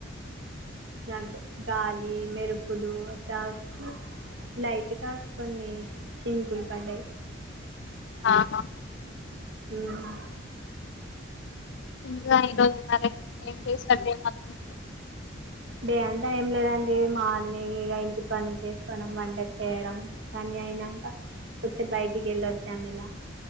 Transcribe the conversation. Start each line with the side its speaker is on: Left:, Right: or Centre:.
Right: లైక్ గాలి మెరుపులు అట్ల ఒచ్చి <inaudible> లైట్ గ కొన్ని చినుకులు పడ్డయి
Left: ఆహ
Right: ఊమ్
Left: ఇంకా ఈరోజు మరే ఏం చేసారు డే అంత <inaudible>
Right: డే అంత ఏం లేదండి మార్నింగ్ ఇగ ఇంటి పనులు చేసుకోడం వంట చేయడం కాని అయినంక కొచ్చేప్ బయటికి వెళ్ళచ్చాం ఇల